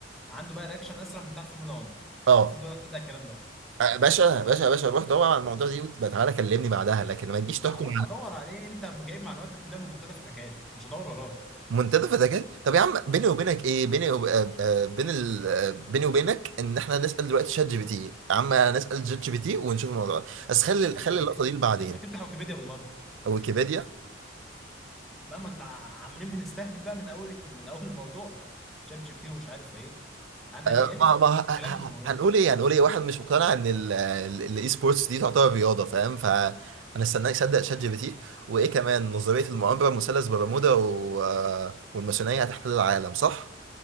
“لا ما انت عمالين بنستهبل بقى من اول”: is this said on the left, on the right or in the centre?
Centre